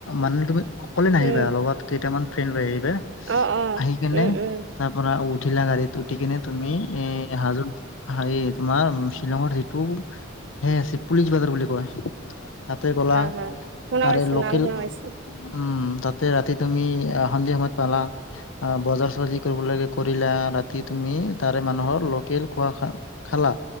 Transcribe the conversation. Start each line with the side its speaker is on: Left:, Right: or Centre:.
Left: মানে তুমি অকলে নাহিবা
Right: উম
Left: লগত কেইটামান ফ্ৰেণ্ড লৈ আহিবা।
Right: অ অ
Left: আহিকিনে
Right: উম উম
Left: তাৰপৰা উঠিলা গাড়ীত, উঠি কেনে তুমি এ হাজোত হাৰে তোমাৰ শ্বিলঙৰ যিটো সেই আছে পুলিচ বাজাৰ বুলি কয়। তাতে গ'লা
Right: অ হ শুনা
Left: তাৰে
Right: পাইছো
Left: লোকেল
Right: নাম শুনা পাইছো
Left: উম তাতে ৰাতি তুমি সন্ধিয়া সময়ত পালা অ বজাৰ চজি কৰিব লাগে কৰিলা ৰাতি তুমি তাৰে মানুহৰ লোকেল খোৱা খালা